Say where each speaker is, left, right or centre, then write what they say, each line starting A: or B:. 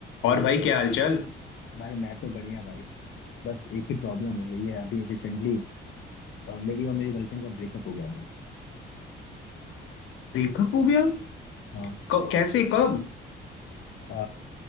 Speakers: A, on the left (about 85°); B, on the left (about 70°).
A: और भाई क्या हालचाल
B: भाई मैं तो बढ़िया भाई बस एक ही प्रॉब्लम हो गई है अभी रिसेंटली मेरी और मेरी गर्लफ्रेंड का ब्रेकअप हो गया है भाई
A: ब्रेकअप हो गया
B: हाँ
A: क- कैसे कब
B: अ,